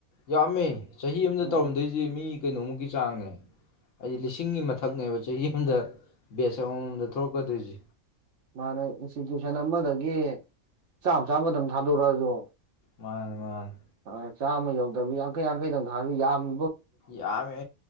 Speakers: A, on the left; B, on the right.
A: ꯌꯥꯝꯃꯦ ꯆꯍꯤ ꯑꯃꯗ
B: ꯎꯝ
A: ꯇꯧꯔꯝꯗꯣꯏꯁꯦ
B: ꯎꯝ
A: ꯃꯤ ꯀꯩꯅꯣꯝ ꯃꯨꯛꯀꯤ ꯆꯥꯡꯅꯦ ꯍꯥꯏꯗꯤ ꯂꯤꯁꯤꯡꯒꯤ ꯃꯊꯛꯅꯦꯕ ꯆꯍꯤ ꯑꯃꯗ ꯕꯦꯁ ꯑꯍꯝꯗ ꯊꯣꯛꯂꯛꯀꯗꯣꯏꯁꯦ
B: ꯃꯥꯅ ꯏꯟꯁꯇꯤꯇ꯭ꯌꯨꯁꯟ ꯑꯃꯗꯒꯤ ꯆꯥꯃ ꯆꯥꯝꯃꯗꯪ ꯊꯥꯗꯣꯔꯛꯑꯁꯨ
A: ꯃꯥꯅꯦ ꯃꯥꯅꯦ
B: ꯍꯣꯏ ꯆꯥꯝꯃ ꯌꯧꯗꯕ ꯌꯥꯡꯈꯩ ꯌꯥꯡꯈꯩꯗꯧꯅ ꯍꯥꯏꯔꯗꯤ ꯌꯥꯝ
A: ꯌꯥꯝꯃꯦ